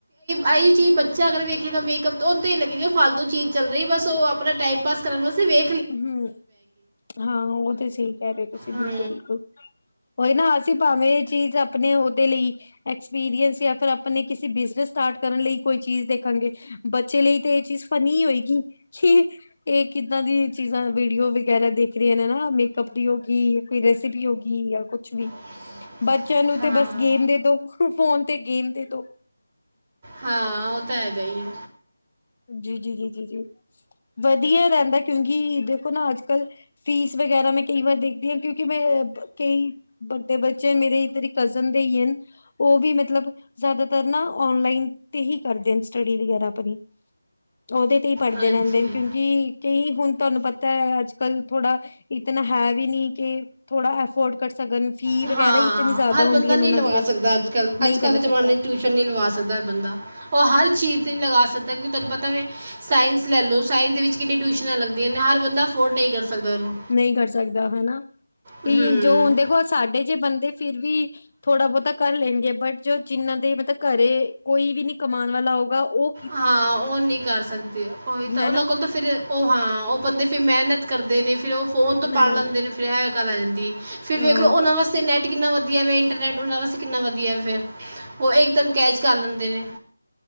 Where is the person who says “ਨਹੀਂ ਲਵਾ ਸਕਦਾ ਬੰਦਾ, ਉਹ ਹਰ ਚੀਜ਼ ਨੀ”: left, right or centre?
Right